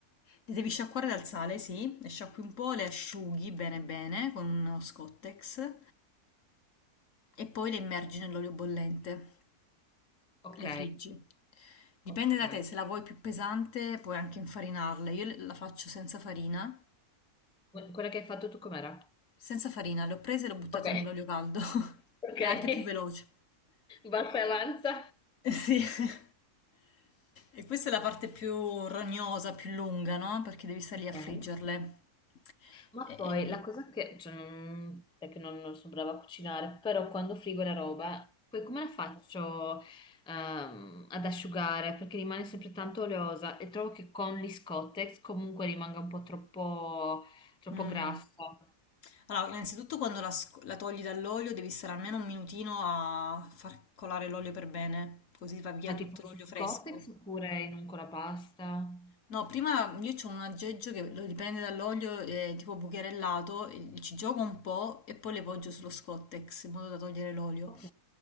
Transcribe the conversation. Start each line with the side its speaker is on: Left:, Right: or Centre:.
Left: Le devi sciacquare dal sale, sì, le sciacqui un po', le asciughi bene bene con uno Scottex e poi le immergi nell'olio bollente.
Centre: Ok,
Left: Le friggi. Dipende
Centre: ok.
Left: da te, se la vuoi più pesante puoi anche infarinarle. Io le- la faccio senza farina.
Centre: Que- Quella che hai fatto tu com'era?
Left: Senza farina, le ho prese e le ho buttate
Centre: Ok,
Left: nell'olio caldo. <laughs>
Centre: ok,
Left: È
Centre: <laughs>
Left: anche più veloce.
Centre: basta e avanza.
Left: Eh Sì. <laughs> E questa è la parte più rognosa, più lunga, no? Perché devi stare
Centre: Ok.
Left: lì a friggerle.
Centre: Ma
Left: E,
Centre: poi la cosa che, cioè, non, è che non, non sono brava a cucinare, però quando frigo la roba, poi come la faccio ehm, ad asciugare? Perché rimane sempre tanto oleosa e trovo che con gli Scottex comunque rimanga un po' troppo, troppo
Left: Mm.
Centre: grassa.
Left: Allora, innanzitutto quando la, sc- la togli dall'olio devi stare almeno un minutino a far colare l'olio per bene, così va via
Centre: Ma
Left: tutto
Centre: tipo
Left: l'olio
Centre: su
Left: fresco.
Centre: Scottex oppure in un colapasta?
Left: No, prima io ho un aggeggio che lo dipende dall'olio, eh, tipo bucherellato, e ci gioco un po' e poi le poggio sullo Scottex in modo da togliere l'olio.
Centre: Ok,